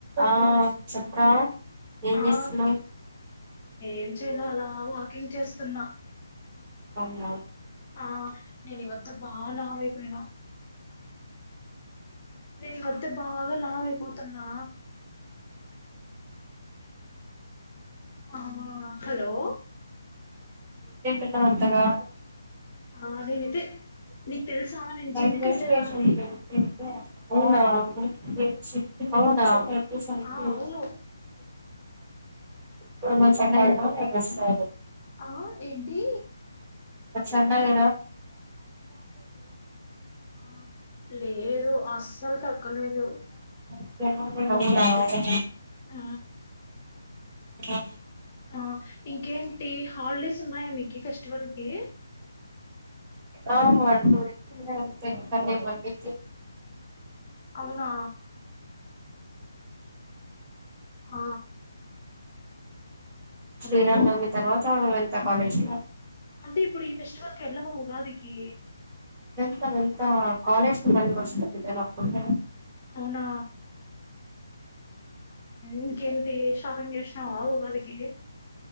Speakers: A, on the right; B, on the left.
A: ఆ చెప్రా ఏం
B: ఆ
A: చేస్తున్నావ్
B: ఏం చేయ్ లా అలా వాకింగ్ చేస్తున్నా
A: అవునా
B: ఆ నేను ఈ వద్ద బా లావైపోయినా నే నీ వద్ద బాగా లావైపోతున్నా ఆహా హలో
A: తింటనావ్ అంతగా
B: ఆ నేనైతే నీకు తెలుసా నేను
A: రైల్వే
B: జిమ్కి వెళ్ళలేదాన్ని
A: స్టేషన్ కి <inaudible> అవునా అవున సర కొ సండే
B: ఆ అవును
A: వెళ్తా నైటీ వస్తా
B: ఆ ఏంటి
A: సండే <inaudible>
B: ఆ లేదు అ సర్దుకోలేదు
A: అవున
B: ఆ
A: ఆ
B: ఆ ఇంకేంటి హాలిడేస్ ఉన్నాయా మీకు ఫెస్టివల్ కి
A: ఆ టూ డేస్ ఉన్నాయి అంతి
B: అవునా అ హలో
A: శ్రీరామా నవమి తర్వాత ఎల్టవ కాలేజ్
B: అంటే ఇప్పుడు ఈ ఫెస్టివల్ కి వెళ్ళవ ఉగాదికి
A: వెళ్తా వెళ్తా కాలేజ్ <inaudible>
B: అవునా ఇంకేంటి షాపింగ్ చేసినావా ఉగాదికి